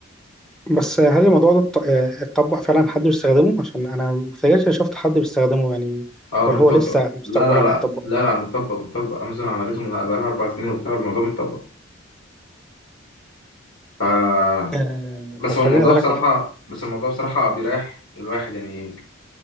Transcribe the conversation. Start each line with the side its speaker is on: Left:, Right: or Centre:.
Centre: بس آه، هل الموضوع ده اتط- آه، اتطبق فعلا حد بيستخدمه عشان انا متهيألي شفت حد بيستخدمه يعني
Left: اه
Centre: ولا
Left: متطبق
Centre: هو لسه مستقبلا
Left: لا لا لا
Centre: هيتطبق
Left: لا لا متطبق متطبق امازون عملته من بقالها اربع سنين وبتاع الموضوع متطبق ف
Centre: آه
Left: بس
Centre: طب
Left: هو
Centre: خليني
Left: الموضوع
Centre: اسالك
Left: بصراحه
Centre: على حاجه
Left: بس الموضوع بصراحه بيريح الواحد يعني